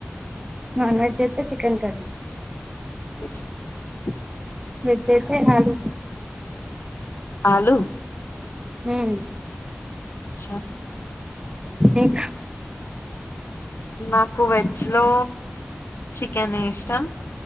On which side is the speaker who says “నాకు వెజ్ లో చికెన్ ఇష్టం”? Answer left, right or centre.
Left